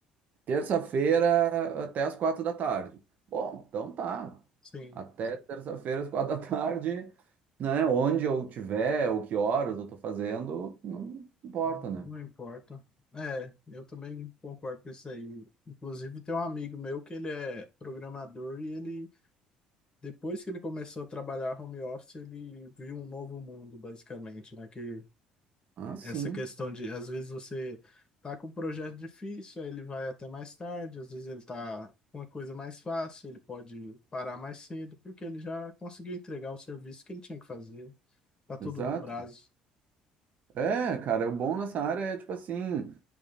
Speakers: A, on the right; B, on the left.
A: Terça-feira até as quatro da tarde. Bom, então tá.
B: sim.
A: Até terça-feira às quatro da tarde, né? Onde eu tiver, ou que horas eu tô fazendo, não importa,
B: Não
A: né?
B: importa. É, eu também concordo com isso aí. Inclusive, tem um amigo meu que ele é programador e ele, depois que ele começou a trabalhar home office, ele viu um novo mundo, basicamente, né? Que
A: Ah, sim,
B: essa questão de, às vezes, você tá com um projeto difícil, aí ele vai até mais tarde, às vezes ele tá com uma coisa mais fácil, ele pode parar mais cedo, porque ele já conseguiu entregar o serviço que ele tinha que fazer. Tá tudo
A: exato.
B: no prazo.
A: É, cara, o bom nessa área é tipo assim,